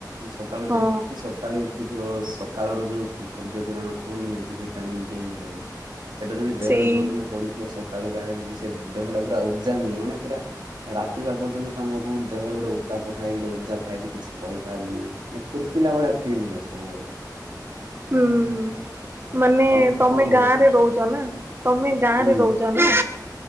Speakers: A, on the right (about 85°); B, on the right (about 35°).
A: ସକାଳୁ
B: ହଁ
A: ଯେତିକି ସକାଳୁ ଉଠିଥିବ ସକାଳର ଯୋଉ ସୂ ସୂର୍ଯ୍ୟ କିରଣ କୁହନ୍ତି ନାଇଁ କି ଭିଟାମିନ ଡି ମିଳେ ବୋଲି। ସେଟା ଯଦି ଦେହରୁ
B: ସେଇ
A: ଯୋଉଦିନ ପଡିଥିବ ସକାଳୁ ଗାଁରେ ନାଇକି ସେ ଦେହଟା ପୁରା ଉର୍ଜା ମିଳେ। ମାନେ ପୁରା ରାତି ହବା ପର୍ଯ୍ୟନ୍ତ ତୋମକୁ ଦେହରେ ଗୋଟେ ଉତ୍ତାପ ଥାଏ ଗୋଟେ ଉର୍ଜା ଥାଏ ଯେ କିଛି କରିପାରିଲି। ଏ ଫୁର୍ତ୍ତିଲା ଭଳିଆ ଫିଲ୍ ହୁଏ ସବୁବେଳେ।
B: ହଁ। ମାନେ
A: ତମେ
B: ତୋମେ
A: କଣ କରୁଛ?
B: ଗାଁରେ ରହୁଚ ନା, ତୋମେ ଗାଁରେ
A: ହୁଁ
B: ରହୁଚ ନା?